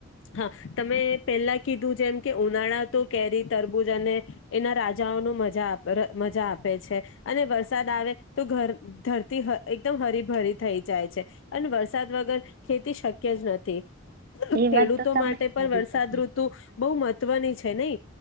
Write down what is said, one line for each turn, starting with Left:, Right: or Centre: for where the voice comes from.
Left: હા તમે. પેલા કીધું જેમ કે ઉનાળા તો કેરી તરબૂજ અને એના રાજાઓનું મજા મજા આપે છે અને વરસાદ આવે તોર ધરતી એકદમ હરી ભરી થઈ જાય છે. અને વરસાદ વગર ખેતી શક્ય જ નથી. ખેડૂતો
Right: એ વાત તો તમે
Left: માટે
Right: ખરી
Left: પણ વરસાદ
Right: કહી
Left: ઋતુ બહુ મ ધ્વની છે નય.